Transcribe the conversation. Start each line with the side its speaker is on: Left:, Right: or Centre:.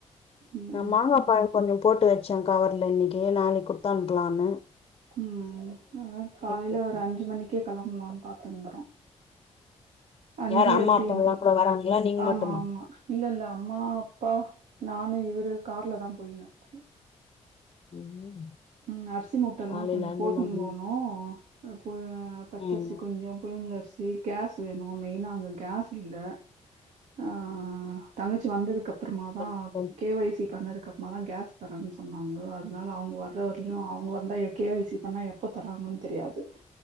Right: ம்
Left: நா மாங்காப்பா கொஞ்சோ போட்டு வச்சே கவர்ல இன்னக்கி நாளைக்கி குடுத்தனுப்பலான்னு
Right: ம் அதா காலேலயே
Left: இருக்கு
Right: ஒரு அஞ்சி மணிக்கே கெளம்பலான்னு பாத்துன்னுருக்குறோ அஞ்சி
Left: யாரு அம்மா
Right: எப்டி
Left: அப்பால்லா
Right: என்று
Left: கூட வராங்களா நீங்க
Right: ஆமா
Left: மட்டுமா
Right: ஆமா இல்ல இல்ல அம்மா அப்பா நானு இவரு கார்ல தா போயின்னுருக்கோ
Left: ம்
Right: ம் அரிசி மூட்டல்லா
Left: காலைல
Right: கொஞ்சோ
Left: அஞ்சு
Right: போட்டுன்னு
Left: மணி
Right: போனு அத போ பச்சரிசி
Left: ம்
Right: கொஞ்சோ புழுங்கள் அரிசி கேஸ் வேணு மெயினா அங்க கேஸ் இல்ல ஆ தங்கச்சி வந்ததுக்கு அப் பறமாதா
Left: சரி சரி
Right: கே ஓய் சி பண்ணதுக்கப்பறமாதா கேஸ் தர்றேன்னு சொன்னாங்க அதனால அவுங்க வர் ற வரைக்கு அவுங்க வந்தா கே ஓய் சி பண்ணா எப்ப தர்றாங்கன்னு தெரியாது